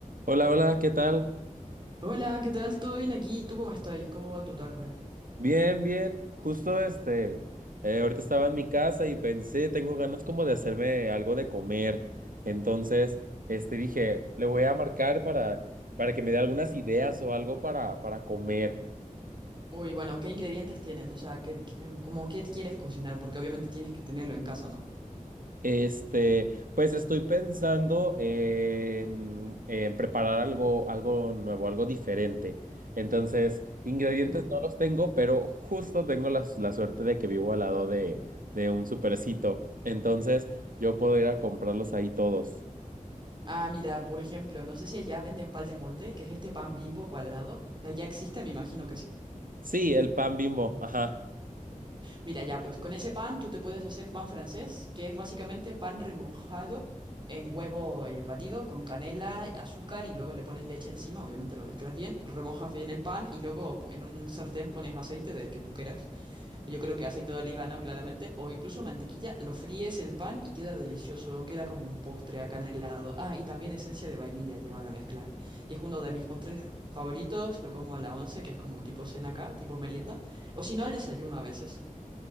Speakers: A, on the right (about 85°); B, on the right (about 35°).
A: Hola, hola, ¿qué tal?
B: Hola, ¿qué tal? ¿Todo bien aquí? ¿Tú cómo estás? ¿Cómo va tu tarde?
A: Bien, bien. Justo este, eh, ahorita estaba en mi casa y pensé, tengo ganas como de hacerme algo de comer. Entonces, este, dije, le voy a marcar para, para que me dé algunas ideas o algo para, para comer.
B: Uy, bueno, ¿qué ingredientes tienes? O sea, ¿qué, qué- qué- como qué quieres cocinar? Porque obviamente tienes que tenerlo en casa, ¿no?
A: Este, pues estoy pensando en, en preparar algo, algo nuevo, algo diferente. Entonces, ingredientes
B: Mm.
A: no los tengo, pero justo tengo la, la suerte de que vivo al lado de, de un supercito. Entonces, yo puedo ir a comprarlos ahí todos.
B: Ah, mira, por ejemplo, no sé si allá venden pan de molde, que es este pan bimbo cuadrado. O sea, ya existe, me imagino que sí.
A: Sí, el pan Bimbo, ajá.
B: Mira, ya, pues con ese pan tú te puedes hacer pan francés, que es básicamente pan remojado en huevo eh, batido con canela, azúcar y luego le pones leche encima, obviamente lo mezclas bien, remojas bien el pan y luego pu- en un sartén pones aceite del que tú quieras. Yo creo que aceite de oliva, ¿no? Claramente. O incluso mantequilla. Lo fríes el pan y queda delicioso. Queda como un postre acanelado. Ah, y también esencia de vainilla lleva la mezcla. Y es uno de mis postres favoritos. Lo como a la once, que es como tipo cena acá, tipo merienda. O si no, al desayuno a veces.